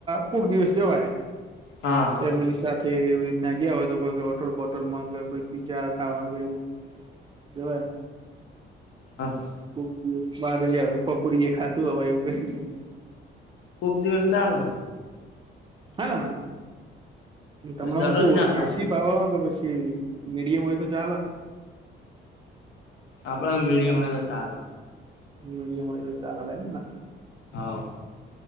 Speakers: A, on the right (about 25°); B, on the left (about 75°).
A: કોક દિવસ જવાય.
B: હા
A: ફેમિલી સાથે એવી રીતના ગયા હોય તો કોઈ હોટોલ બોટલમાં કોઈ પી્ઝા ખાવા ગયુ. બેય.
B: હા હા.
A: કો દિવસ બાર જ પકોડી એ ખાતું હવે એવું કઈ નહી.
B: કોક દિવસ ચાલે.
A: હા તમારા
B: દરરોજ
A: મા કેવું
B: ના
A: સ્પાઈસી
B: ખાવાય
A: કે પછી મીડિયમ હોય તો ચાલે?
B: આપડે મીડિયમ હોય તો ચાલે.
A: મીડિયમ હોય તો ચાલે એમ ને!
B: હા.